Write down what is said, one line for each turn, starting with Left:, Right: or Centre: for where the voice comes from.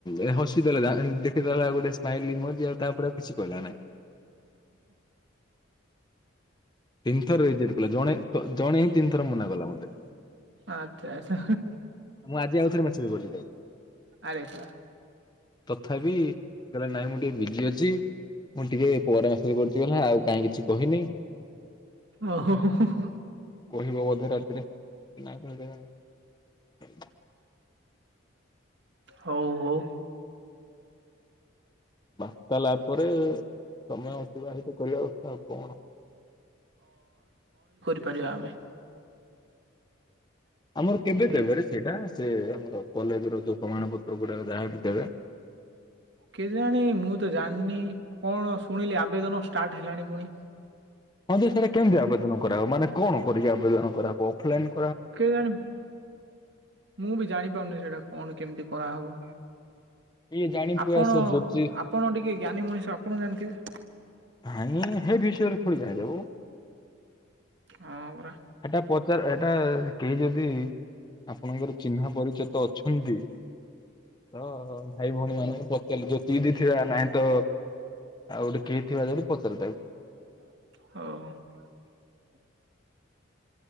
Left: ଏ ହସି ଦେଲେ ରା ଦେଖିଦେଲା ଗୋଟେ ସ୍ମାଇଲ୍ ଇମୋଜି ଆଉ ତାପରେ ଆଉ କିଛି କହିଲା ନାଇଁ। ତିନି ଥର ରେଜିଡ଼଼୍ କଲା ଜଣେ ଜଣେ ହିଁ ତିନି ଥର ମନା କଲା ମତେ।
Right: ଆଚ୍ଛା ଆଚ୍ଛା
Left: ମୁଁ ଆଜି ଆଉଉଥରେ ମେସେଜ୍ କରିଚି ତାକୁ।
Right: ଆରେ ବାଃ।
Left: ତଥାପି କହିଲା ନାଇଁ ମୁଁ ଟିକେ ବିଜି ଅଛି। ମୁଁ ଟିକେ ପରେ ମେସେଜ୍ କରୁଚି ବୋଲେ ଆଉ କାଇଁ କିଛି କହିନେଇ।
Right: ଓ ହୋ ହୋ ହୋ ହୋ।
Left: କହିବ ବୋଧେ‌‌ ରା ରେ କି ନାଇଁ ପୁଣି କେଜାଣି
Right: ହଉ ହୋଉ।
Left: ବା କଲା ପରେ ସମୟ ଅତିବାହିତ କରିବା କଥା ଆଉ କଣ।
Right: କରିବା ଆମେ।
Left: ଆମର କେବେ
Right: ଏଇ
Left: ଦେବେରେ ସେଇଟା? ସେ ଆମର କଲେଜର ଯୋଉ ପ୍ରମାଣ ପତ୍ରଗୁଡ଼ାକ ଯାହାବି। ଦେବେ।
Right: କେ ଜାଣି ମୁଁ ତ ଜାଣିନି କଣ ଶୁଣିଲି ଆବେଦନ ଷ୍ଟାର୍ଟ ହେଲାଣି ପୁଣି।
Left: ହଁ ବେ ସେଟା କେମତି ଆବେଦନ କରାଅ ମାନେ କଣ କରିକି ଆବେଦନ କରାହବ ଅଫଲାଇନ୍
Right: କେ ଜାଣ ମୁଁ ବି ଜାଣିପାରୁନି ସେଟା। କଣ କେମତି କରାହବ।
Left: କିଏ ଜାଣିଥିବା
Right: ଆପଣ
Left: ସେ ଜ୍ୟୋତି
Right: ଆପଣ ଟିକେ ଜ୍ଞାନୀ ମଣିଷ ଆପଣ ଜାଣିଥିବେ।
Left: ନାହିଁ ହେ ବିଷୟରେ କୋଉଠି ଜାଣି ହବ।
Right: ହଁ ପରା।
Left: ହେଟା ପଚାର ଏଟା କେହି ଯଦି ଆପଣଙ୍କର ଚିହ୍ନା ପରିଚିତ ଅଛନ୍ତି ତ ଭାଇ ଭୋଉଣୀମାନେ ପଚାରିଲି ଜ୍ୟୋତିଇଦି ଥିଅ ନାଇଁ ତ ଆଉ ଗୋଟେ କେ ଥିବା ଯଦି ପଚାରେ ତାକୁ।
Right: ହଉ।